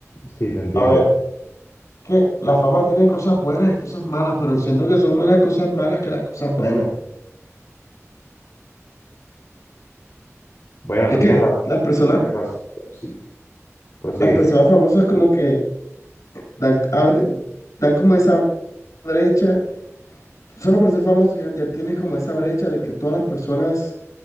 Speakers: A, on the left; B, on the left.
A: Sí, te entiendo,
B: A ver.
A: bro.
B: que la fama tiene cosas buenas y cosas malas, pero siento que son más las cosas malas que las cosas buenas.
A: Bueno,
B: Es
A: tienes
B: que
A: razón,
B: las personas,
A: tienes razón, bro. Sí, prosigue,
B: las personas
A: sí.
B: famosas como que dan, abren- dan como esa brecha, solo por ser famoso ya, ya tienes como esa brecha de que todas las personas